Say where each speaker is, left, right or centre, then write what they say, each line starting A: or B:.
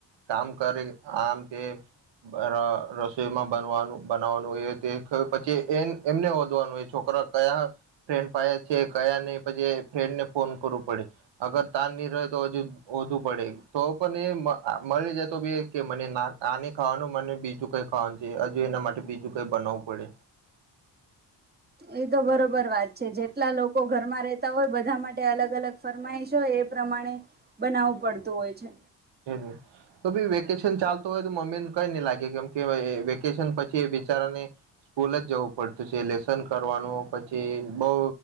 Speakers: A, on the right; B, on the right.
A: કામ કરે આમ તેમ બરા રસોઈમાં બનવાનું બનાવાનું એ તે પછી એન એમને હોધવાનું હોય છોકરા કયા ફ્રેન્ડ પાહે છે કયા નહી પછી એ ફ્રેન્ડને ફોન કરું પડે અગર તાન નહી રહે તો હજુ હોધુ પડે તો પણ એ મલી જાય તો બી એ કે મને ના આની ખાવાનું મને બીજું કઈ ખાવાનું છે હજુ એના માટે બીજું કઈ બનાવું પડે.
B: એ તો બરોબર વાત છે જેટલા લોકો ઘરમાં રહેતા હોય બધા માટે અલગ અલગ ફરમાઈશ હોય એ પ્રમાણે બનાવવું પડતું હોય છે.
A: એવું તો બી વેકેશન ચાલતું હોય તો મમ્મીને કઈ ની લાગે કેમ કે વેકેશન પછી એ બિચારાને સ્કૂલ જ જવું પડતું છે લેસ સન કરવાનું પછી બઉ